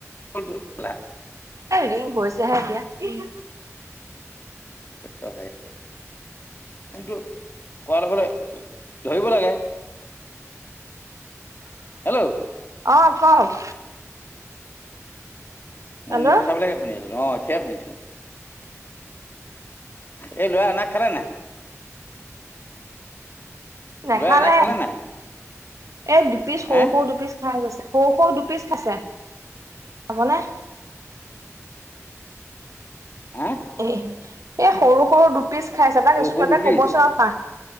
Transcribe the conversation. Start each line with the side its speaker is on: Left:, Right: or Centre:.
Left: <unintelligible>
Right: Ring হৈছেহে এতিয়া।
Left: সটো ভাই কিন্তু, কোৱাৰ লগলে ধৰিব লাগে। হেল্ল'
Right: অ', কওক। হেল্ল'
Left: মই, মোৰ কথাবিলাকে শুনি আছো অ এতিয়াহে শুনিছো। এই, লোৱা নাক খালা নাই।
Right: নাখালে,
Left: ল'ৰা এনাক খালে নাই
Right: এই দু পিচ, সৰু,
Left: হা
Right: সৰু, দুপিচ খাই গৈছে সৰু সৰু দুপিচ খাইছে যাবনে
Left: হা
Right: এ, সৰু, সৰু, দুপিচ খাইছো,
Left: সৰু
Right: তাক স্কুলতে
Left: সৰু দুপিচ
Right: কবচোন পাহ